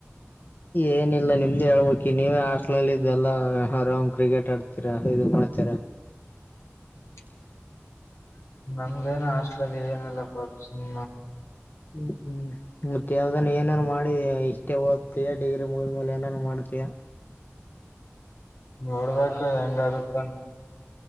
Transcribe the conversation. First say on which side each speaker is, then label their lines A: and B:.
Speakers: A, on the left (about 45°); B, on the left (about 80°).
A: ಏನಿಲ್ಲ ನಿಮ್ದು ಹೇಳ್ಬಿ ನೀವೇ ಹಾಸ್ಟ್ಲಲ್ಲಿ ಇದಲ್ಲ ಆರಾಮ್ ಕ್ರಿಕೆಟ್ ಆಡ್ತೀರಾ ಇದು ಮಾಡಚ್ಚಾರ
B: <inaudible> ನಮ್ದೇನ ಹಾಸ್ಟ್ಲಲ್ಲಿ ಏನಿಲ್ಲ ಪ್ರಾಬ್ಸಮ್
A: ಹ್ಮ್ ಹ್ಮ್ ಮತ್ತೆ ಯಾವ್ದಾನ ಏನಾದಾರ ಮಾಡಿ ಇಷ್ಟೇ ಓದ್ತಯಾ ಡಿಗ್ರಿ ಮುದ್ಮೇಲೆ ಏನಾದಾರ ಮಾಡ್ತ ಆತ <inaudible> <unintelligible>
B: ನೋಡ್ಬೇಕು ಹೆಂಗಗತ್ತಂತ